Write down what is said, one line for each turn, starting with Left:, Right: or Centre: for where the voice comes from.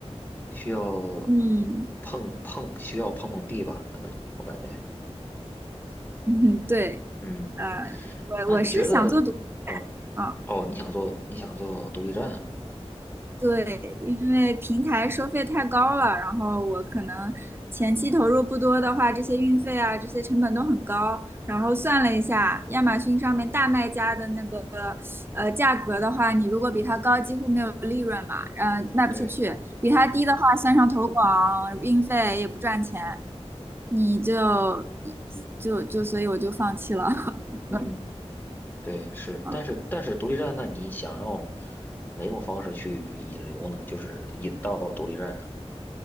Left: 需要
Right: 嗯
Left: 碰碰，需要碰碰壁吧？可能我感觉，
Right: 嗯，对，
Left: 嗯，
Right: 呃，我我是想做独立
Left: 那你觉得，嗯，
Right: 啊。
Left: 哦，你想做你想做独立站，
Right: 对，因为平台收费太高了，然后我可能前期投入不多的话，这些运费啊，这些成本都很高。然后算了一下，亚马逊上面大卖家的那个呃价格的话，你如果比它高，几乎没有利润嘛，呃，卖不出去；
Left: 对，
Right: 比它低的话，算上投广、运费也不赚钱，你就就就，所以我就放弃了。<laughs>
Left: 嗯，对，是，
Right: 嗯
Left: 但是但是独立站，那你想要哪种方式去引流呢？就是引到独立站上